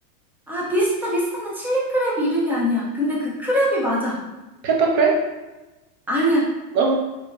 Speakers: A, in the centre; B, on the right (about 35°).
A: 아, 비슷해, 비슷한데 칠리크랩 이름이 아니야. 근데 그 크랩이 맞아.
B: 페퍼 크랩?
A: 아니야.
B: 어,